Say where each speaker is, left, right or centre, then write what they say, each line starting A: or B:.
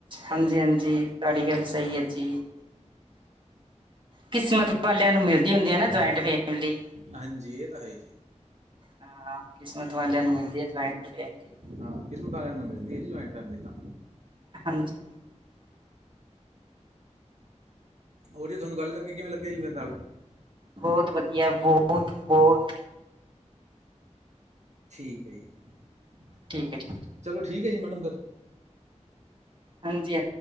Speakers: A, on the right (about 40°); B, on the right (about 70°).
A: ਹਾਂਜੀ, ਹਾਂਜੀ ਤੁਹਾਡੀ ਗੱਲ ਸਈ ਐ ਜੀ। ਕਿਸਮਤ ਵਾਲਿਆਂ ਨੂੰ ਮਿਲਦੀ ਹੁੰਦੀ ਆ ਨਾ ਜਆਇੰਟ ਫੈਮਲੀ।
B: ਹਾਂਜੀ ਇਹ ਤਾਂ ਹੈ ਹੀ ਜੀ
A: ਹਾਂ ਕਿਸਮਤ ਵਾਲਿਆਂ ਨੂੰ ਮਿਲਦੀ ਆ ਜੂਆਇੰਟ ਫੈਮਿਲੀ
B: ਹਾਂ ਕਿਸਮਤ ਆਲਿਆਂ ਨੂੰ ਮਿਲਦੀ ਆ ਜੀ ਜੁਆਇੰਟ ਫੈਮਲੀ ਤਾਂ।
A: ਹਾਂਜੀ।
B: ਹੋਰ ਜੀ ਥੋਨੂੰ ਗੱਲ ਕਰਕੇ ਕਿਵੇਂ ਲੱਗੇਆ ਜੀ ਮੇਰੇ ਨਾਲ।
A: ਬੌਤ ਵਧੀਆ ਬੌਤ, ਬੌਤ।
B: ਠੀਕ ਆ ਜੀ,
A: ਠੀਕ ਹੈ ਠੀਕ ਹੈ।
B: ਚਲੋ ਠੀਕ ਆ ਜੀ ਮੈਡਮ ਫਿਰ।
A: ਹਾਂਜੀ।